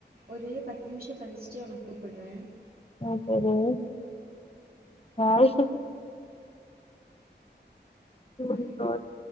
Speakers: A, on the right (about 55°); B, on the left (about 30°).
A: ஒரு பத்து நிம்ஷோ கழிச்சுட்டு உனக்கு கூப்புட்றே
B: ஆ சரி உங்
A: ம்
B: வீட்டுக் <unintelligible>
A: பாய்